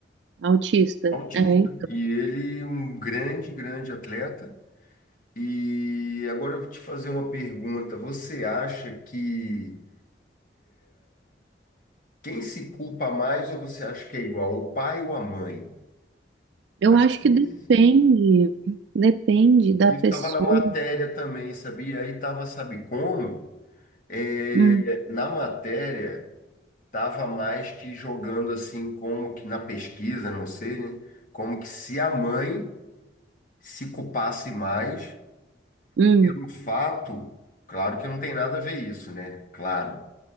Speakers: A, on the right; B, on the left.
A: Autista.
B: autista.
A: É.
B: E ele é um grande, grande atleta. E agora eu vou te fazer uma pergunta. Você acha que quem se culpa mais ou você acha que é igual, o pai ou a mãe?
A: Eu
B: Às
A: acho que
B: vezes.
A: depende, depende da
B: Isso
A: pessoa.
B: estava na matéria também, sabia? Aí estava, sabe como? É,
A: Hum,
B: na matéria, estava mais que jogando assim, como que na pesquisa, não sei, né? Como que se a mãe se culpasse mais
A: hum,
B: pelo fato, claro que não tem nada a ver isso, né? Claro,